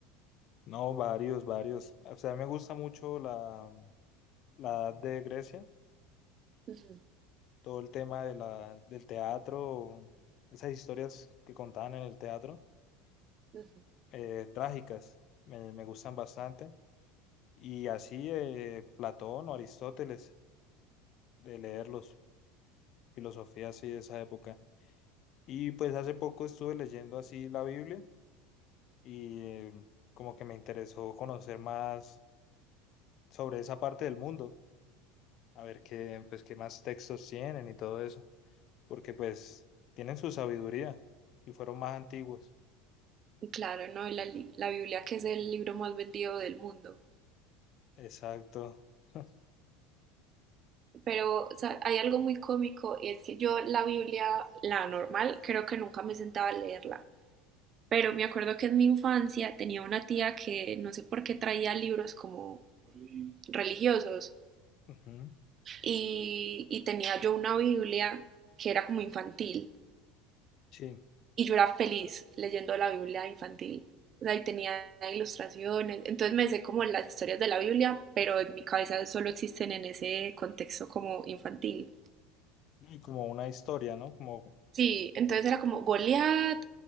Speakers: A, on the left; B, on the right.
A: no, varios, varios. O sea, me gusta mucho la, la edad de Grecia,
B: Ujú,
A: todo el tema de la, del teatro, esas historias que contaban en el teatro,
B: ujú.
A: eh, trágicas, me, me gustan bastante. Y así eh, Platón o Aristóteles, de leerlos, filosofía así de esa época. Y pues hace poco estuve leyendo así la Biblia y eh, como que me interesó conocer más sobre esa parte del mundo, a ver qué, pues, qué más textos tienen y todo eso, porque pues tienen su sabiduría y fueron más antiguos.
B: Y Claro, ¿no? La, la Biblia, que es el libro más vendido del mundo.
A: Exacto. <laughs>
B: Pero o sea, hay algo muy cómico y es que yo la Biblia, la normal, creo que nunca me sentaba a leerla. Pero me acuerdo que en mi infancia tenía una tía que no sé por qué traía libros como religiosos
A: Ujú.
B: y, y tenía yo una Biblia que era como infantil
A: Sí.
B: y yo era feliz leyendo la Biblia infantil. ahí tenía ilustraciones, entonces me sé como las historias de la Biblia, pero en mi cabeza solo existen en ese contexto como infantil.
A: Y como una historia, ¿no? Como...
B: Sí, entonces era como Goliat